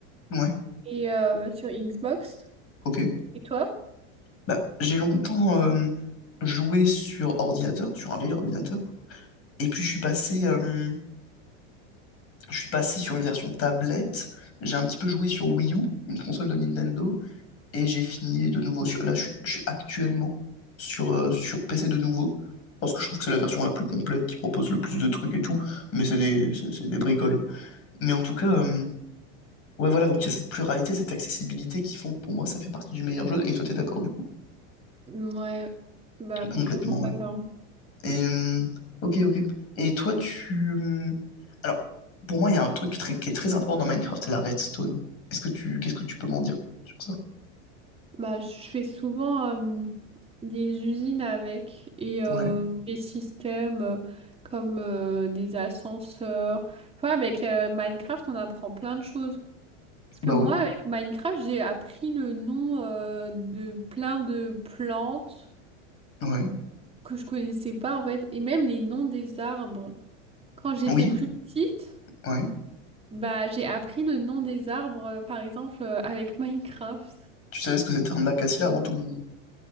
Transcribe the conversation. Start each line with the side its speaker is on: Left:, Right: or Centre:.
Left: ouais,
Right: et euh, sur Xbox.
Left: ok.
Right: Et toi?
Left: Bah, j'ai longtemps euh, joué sur ordinateur, sur un vieil ordinateur. Et puis je suis passé, euh, je suis passé sur une version tablette. J'ai un petit peu joué sur Wii U, une console de Nintendo. et j'ai fini de nouveau sur. Là, je, suis je suis actuellement sur, euh, sur PC de nouveau parce que je trouve que c'est la version la plus complète qui propose le plus de trucs et tout, mais c'est des, c'est c'est des bricoles. Mais en tout cas, euh, ouais, voilà, donc il y a cette pluralité, cette accessibilité qui font que pour moi ça fait partie du meilleur jeu et toi t'es d'accord du coup,
Right: Ouais, bah complètement
Left: complètement, ouais.
Right: d'accord.
Left: Et, euh, ok, ok. Et toi, tu. euh, Alors, pour moi, il y a un truc très- qui est très important dans Minecraft, c'est la redstone. Est-ce que tu, qu'est-ce que tu peux m'en dire sur ça?
Right: Bah je fais souvent euh, des usines avec et euh,
Left: Ouais,
Right: des systèmes euh, comme euh, des ascenseurs. Enfin avec euh, Minecraft on apprend plein de choses. Parce que
Left: bah
Right: moi,
Left: ouais,
Right: avec Minecraft, j'ai appris le nom euh, de plein de plantes
Left: ouais,
Right: que je connaissais pas en fait, et même les noms des arbres. Quand j'étais
Left: oui,
Right: plus petite,
Left: ouais.
Right: bah j'ai appris le nom des arbres, euh, par exemple, euh, avec <laughs> Minecraft.
Left: Tu savais ce que c'était un acacia avant tout le monde?